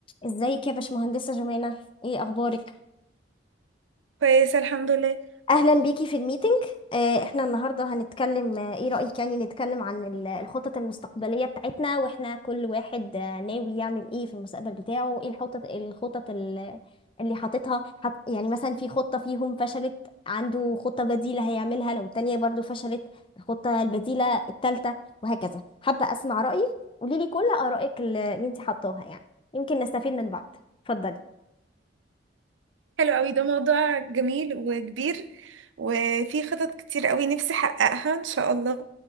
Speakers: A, on the left; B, on the right.
A: ازيك يا باشمهندسة جمانة ايه اخبارك
B: كويسة الحمد لله
A: اهلا بيكي في الميتنج آه، احنا النهارده هنتكلم آه، ايه رأيك يعني نتكلم عن ال- الخطط المستقبلية بتاعتنا واحنا كل واحد آه، ناوي يعمل ايه في المستقبل بتاعه ايه الخطط الخطط ال- اللي حاططها حط يعني مثلا في خطة فيهم فشلت عنده خطة بديلة هيعملها لو التانية برضو فشلت الخطة البديلة التالتة وهكذا حابة اسمع رأيك قوليلي كل آرائك اللي اللي انت حطاها يعني يمكن نستفيد من بعض اتفضلي
B: حلو قوي ده موضوع جميل وكبير وفي خطط كتير قوي نفسي احققها ان شاء الله